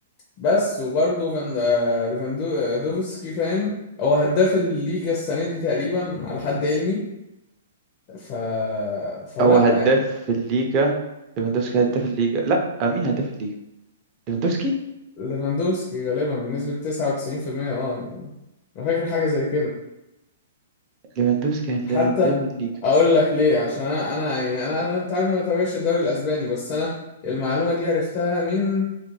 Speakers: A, on the left; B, on the right.
A: بس وبرضه فان آه، ليفاندو- آه، دوفسكي فاهم هو هداف الليجا السنه دي تقريبا على حد علمي ف فلا
B: هو هداف
A: يعني
B: الليجا ليفاندوفسكي هداف الليجا لا آه، مين هداف الليجا ليفاندوفسكي
A: ليفاندوفسكي غالبا بنسبه 99% اه يعني انا فاكر حاجه زي كده
B: ليفاندوفسكي هل-
A: حتى
B: هداف الليجا
A: اقول لك ليه عشان انا انا يعني انا, أنا انت عارف انا ما بتابعش الدوري الاسباني بس انا المعلومه دي عرفتها من